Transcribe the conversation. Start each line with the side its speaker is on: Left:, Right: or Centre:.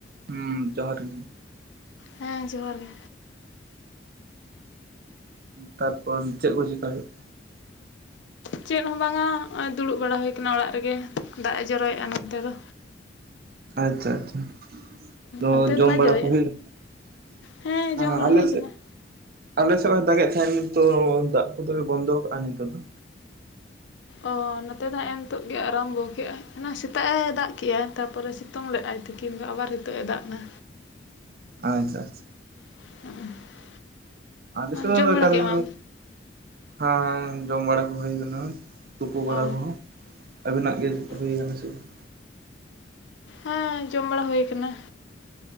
Right: ᱦᱮᱸ ᱡᱚᱦᱟᱨ ᱜᱮ
Left: ᱦᱮᱸ ᱡᱚᱦᱟᱨ ᱜᱮ
Right: ᱛᱟᱨᱯᱚᱨ ᱪᱮᱫ ᱠᱚ ᱪᱤᱠᱟᱭ ᱦᱩᱭᱩᱜ
Left: ᱪᱮᱫ ᱦᱚᱸ ᱵᱟᱝᱟ ᱱᱚᱜᱼᱚᱭ ᱫᱩᱲᱩᱵ ᱵᱟᱲᱟ ᱦᱩᱭ ᱠᱟᱱᱟ ᱚᱲᱟᱜ ᱨᱮᱜᱮ ᱫᱟᱜ ᱮ ᱡᱚᱨᱚᱭᱮᱫᱼᱟ ᱱᱚᱱᱛᱮ ᱫᱚ
Right: ᱟᱪᱪᱷᱟ ᱟᱪᱪᱷᱟ
Left: ᱚᱱᱛᱮ
Right: ᱡᱚᱢ
Left: ᱫᱚ ᱵᱟᱭ
Right: ᱵᱟᱲᱟ
Left: ᱡᱚᱨᱚᱭᱮᱫᱼᱟ
Right: ᱠᱚ ᱦᱩᱭᱩᱜᱼᱟ
Left: ᱦᱮᱸ ᱡᱚᱢ ᱵᱟᱲᱟ
Right: ᱟᱞᱮ
Left: ᱦᱩᱭ ᱟᱠᱟᱱᱟ
Right: ᱥᱮᱫ ᱟᱞᱮ ᱥᱮᱫ ᱦᱚᱸᱭ ᱫᱟᱜᱮᱫ ᱛᱟᱸᱦᱮᱫ ᱱᱤᱛ ᱫᱚ ᱫᱟᱜ ᱠᱚᱫᱚᱭ ᱵᱚᱱᱫᱚ ᱠᱟᱜᱼᱟ ᱱᱤᱛᱚᱜ ᱫᱚ
Left: ᱚᱻ ᱱᱚᱛᱮ ᱫᱚ ᱦᱮᱸᱻᱮ ᱱᱤᱛᱳᱜ ᱜᱮ ᱟᱨᱟᱢᱵᱚ ᱠᱮᱫᱮᱜᱟᱭ ᱚᱱᱟ ᱥᱮᱛᱟᱜ ᱮ ᱫᱟᱜ ᱠᱮᱼᱟ ᱛᱟᱨᱯᱚᱨᱮ ᱥᱤᱛᱩᱝ ᱞᱮᱼᱟᱭ ᱛᱤᱠᱤᱱ ᱫᱚ ᱟᱵᱟᱨ ᱦᱤᱛᱚᱜ ᱮ ᱫᱟᱜ ᱫᱟ
Right: <inaudible> ᱟᱪᱪᱷᱟ ᱟᱪᱪᱷᱟ
Left: <inaudible>
Right: ᱟᱞᱮ ᱥᱮ ᱦᱚᱸ
Left: ᱡᱚᱢ
Right: ᱚᱱᱠᱟ
Left: ᱵᱟᱲᱟ
Right: ᱫᱚ
Left: ᱠᱮᱜ ᱟᱢ ᱟᱢ?
Right: ᱦᱟᱸ ᱡᱚᱢ ᱵᱟᱲᱟ ᱠᱚ ᱦᱩᱭ ᱠᱟᱱᱟ ᱛᱩᱯᱩ ᱵᱟᱲᱟ
Left: ᱚ
Right: ᱠᱚᱦᱚᱸ ᱟᱵᱤᱱᱟᱜ ᱜᱮ
Left: ᱟᱪᱪᱷᱟ,
Right: ᱦᱩᱭ ᱟᱠᱟᱱᱟ ᱪᱮ ᱵᱟᱝ
Left: ᱦᱮᱸ ᱡᱚᱢ ᱵᱟᱲᱟ ᱦᱩᱭ ᱟᱠᱟᱱᱟ